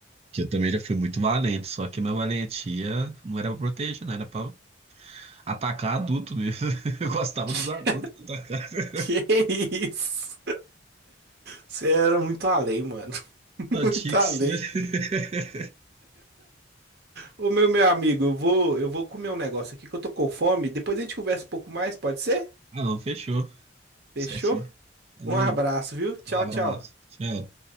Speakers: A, on the right (about 30°); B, on the right (about 55°).
A: que eu também já fui muito valente, só que minha valentia não era pra proteger, não era pra atacar adulto mesmo. <laughs> Eu gostava
B: <laughs>
A: dos adultos que atacavam.
B: Que isso? Você era muito além, mano. <laughs>
A: Não
B: Muito
A: tinha que
B: além.
A: ser. <laughs>
B: Ô, meu, meu amigo, eu vou, eu vou comer um negócio aqui que eu tô com fome. Depois a gente conversa um pouco mais, pode ser?
A: Ah, não, fechou. Certinho.
B: Fechou?
A: Falou,
B: Um abraço, viu? Tchau,
A: um abraço.
B: tchau.
A: Tchau.